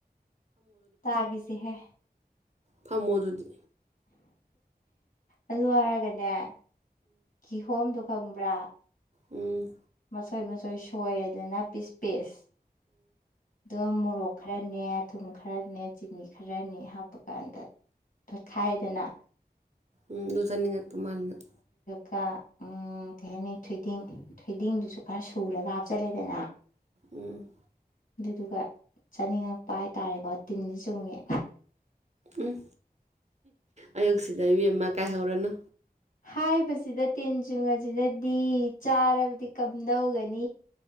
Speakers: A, on the left (about 55°); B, on the right (about 45°).
A: ꯇꯥꯒꯤꯁꯤꯍꯦ
B: ꯐꯝꯃꯣ ꯑꯗꯨꯗꯤ
A: ꯑꯗꯨ ꯍꯥꯏꯔꯒꯅꯦ ꯀꯤꯍꯣꯝꯗꯣ ꯈꯪꯕ꯭ꯔꯥ
B: ꯎꯝ
A: ꯃꯁꯣꯏ ꯃꯁꯣꯏ ꯁꯣꯏꯔꯦꯗꯅꯅꯥ ꯄꯤꯁ ꯄꯤꯁ ꯑꯗꯣ ꯃꯣꯔꯣꯛ ꯈꯔꯅꯦ ꯊꯨꯝ ꯈꯔꯅꯦ ꯆꯤꯅꯤ ꯈꯔꯅꯦ ꯍꯥꯞꯄꯀꯥꯟꯗ ꯇꯣꯠꯈꯥꯏꯔꯦꯗꯅ
B: ꯎꯝ ꯗꯨ ꯆꯥꯅꯤꯡ ꯉꯥꯛꯄ ꯃꯥꯜꯂꯤ ꯅꯪ
A: ꯀ ꯎꯝ ꯀꯩ ꯍꯥꯏꯅꯤ ꯊꯣꯏꯗꯤꯡ ꯊꯣꯏꯗꯤꯡꯗꯨꯁꯨ ꯈꯔ ꯁꯨꯔꯒ ꯍꯥꯞꯆꯤꯜꯂꯦꯗꯅ
B: ꯎꯝ
A: ꯑꯗꯨꯗꯨꯒ ꯆꯥꯅꯤꯡꯉꯛꯄ ꯍꯥꯏꯇꯥꯔꯦꯀꯣ ꯇꯤꯟꯁꯤ ꯆꯨꯝꯉꯦ
B: ꯎꯝ ꯑꯌꯨꯛꯁꯤꯗ ꯏꯕꯦꯝꯃ ꯀꯥꯏ ꯍꯧꯔꯅꯨ
A: ꯍꯥꯏꯕꯁꯤꯗ ꯇꯦꯟ ꯆꯨꯡꯉꯥꯁꯤꯅꯗꯤ ꯆꯥꯔꯕꯗꯤ ꯀꯝꯗꯧꯒꯅꯤ